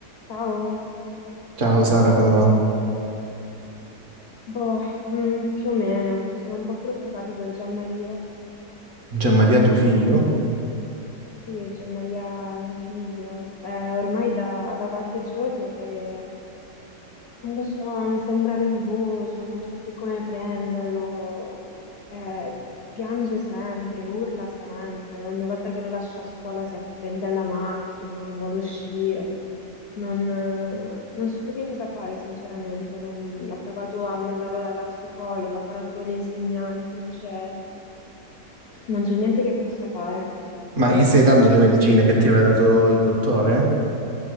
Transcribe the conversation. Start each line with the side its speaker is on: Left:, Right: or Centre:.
Left: Ciao,
Right: Ciao Sara, come va?
Left: boh, mm, più o meno, sono un po' preoccupata per Gianmaria.
Right: Gianmaria, tuo figlio?
Left: Sì, Gianmaria, mio figlio, è ormai da, da qualche giorno che Non lo so, mi sembra nervoso, non so più come prenderlo. Eh, piange sempre, urla sempre. Ogni volta che lo lascio a scuola si appende alla macchina, non vuole uscire. Non, eh, non so più che cosa fare, sinceramente. Non- Ho provato a mandarlo dalla psicologa, ho parlato con gli insegnanti, non c'è non c'è niente che possa fare.
Right: Ma gli stai dando le medicine che ti aveva dato il dottore?